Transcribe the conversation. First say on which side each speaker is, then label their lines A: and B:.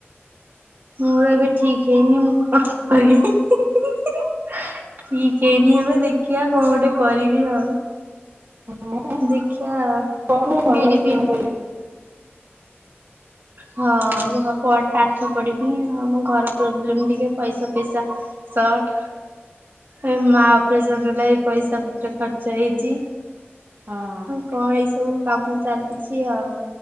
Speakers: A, on the right; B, on the right.
A: ମୋର ଏବେ ଠିକ ହେଇନି ମୁଁ କଣ କରିବି <unintelligible> ଠିକି ହେଇନି ଏବେ ଦେଖିଆ କଣ ଗୋଟେ କରିବି ଆଉ।
B: ହଁ
A: ଦେଖିଆ
B: କର ଘରେ
A: ବିଡ଼ି
B: ରହିକି
A: ଫିଡି
B: କଣ କରିବୁ।
A: ହଁ ଘ ପ ପାଠ ପଢିବି ଆମ ଘର ପ୍ରୋବ୍ଲେମ ଟିକେ ପଇସା ଫଇସା ସଟ୍। ଏ ମା ଅପରେସନ ହେଲା ବି ପଇସା ପତ୍ର ଖର୍ଚ୍ଚ ହେଇଛି।
B: ହଁ।
A: କଣ ଏଇ ସବୁ କାମ ଚାଲିଛି ଆଉ